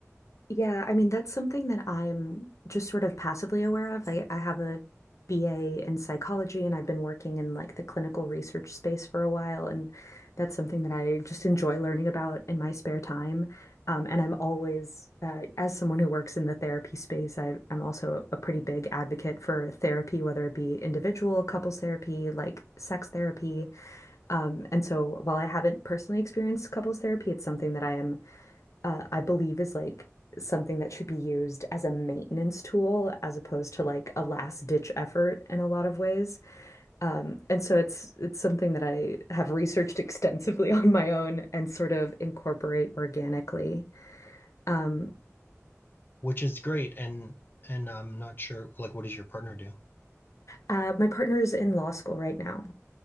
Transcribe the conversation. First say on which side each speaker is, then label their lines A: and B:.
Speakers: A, on the left (about 75°); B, on the left (about 40°).
A: Yeah, I mean, that's something that I'm just sort of passively aware of. I, I have a BA in psychology and I've been working in like the clinical research space for a while. And that's something that I just enjoy learning about in my spare time. Um, and I'm always, uh, as someone who works in the therapy space, I, I'm also a pretty big advocate for therapy, whether it be individual, couples therapy, like sex therapy. Um, and so while I haven't personally experienced couples therapy, it's something that I am uh, I believe is like something that should be used as a maintenance tool as opposed to like a last ditch effort in a lot of ways. Um, and so it's it's something that I have researched <laughs> extensively on my own and sort of incorporate organically. Um,
B: which is great. And and I'm not sure, like, what does your partner do?
A: uh, my partner is in law school right now.